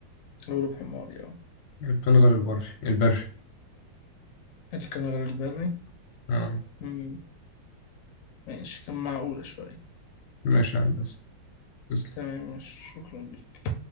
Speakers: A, on the left; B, on the left.
A: غروب حماري اه
B: القنغر البري البري
A: الكنغر البري
B: آه
A: مم، ماشي كان معقولة شوية
B: ماشي يا هندسة تسلم.
A: تمام مش شكرا لك